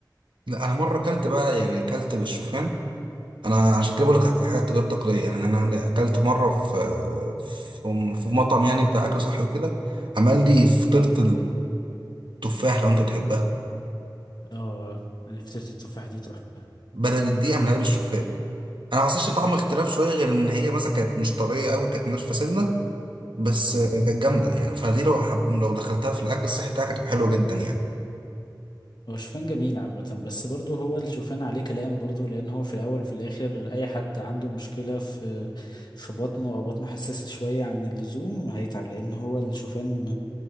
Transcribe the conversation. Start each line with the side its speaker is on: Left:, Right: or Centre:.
Right: لا انا مره اكلت بقى يعني اكلت بالشوفان انا عشان كده بقول لك حاجات غير تقليديه يعني انا عند- اكلت مره في في في مطعم يعني بتاع اكل صحي وكده عمل لي فطيره التفاح لو انت بتحبها
Left: اه يعني فطيرة التفاح دي تحفة
Right: بدل الدقيق اعملها لي بالشوفان انا ما حسيتش طعم اختلاف شويه غير ان هي مثلا كانت مش طريه قوي كانت ناشفه سنه بس
Left: اه
Right: آه، كانت جامده يعني فدي لو حب... لو دخلتها في الاكل الصحي بتاعك هتبقى حلوه جدا يعني
Left: هو شوفان جميل عامة بس برضه هو الشوفان عليه كلام برضه لأن هو في الأول وفي الآخر أي حد عنده مشكلة في في بطنه أو بطنه حساسة شوية عن اللزوم هيتعب لأن هو الشوفان